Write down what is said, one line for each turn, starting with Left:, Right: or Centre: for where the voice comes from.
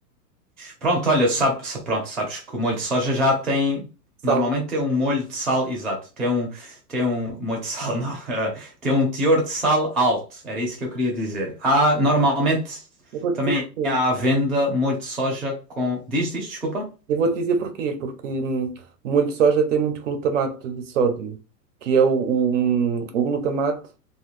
Centre: Pronto, olha, sabe, sa- pronto, sabes que o molho de soja já tem.
Right: <laughs> Sal.
Centre: Normalmente tem um molho de sal, exato. Tem um, tem um <laughs> molho de sal, <laughs> não. eh, tem um teor de sal alto. Era isso que eu queria dizer. Há, normalmente
Right: Eu vou-te
Centre: também
Right: dizer porquê.
Centre: há à venda molho de soja com. Diz, diz, desculpa?
Right: Eu vou-te dizer porquê, porque hum, o molho de soja tem muito glutamato de sódio, que é o, o, hum, o glutamato,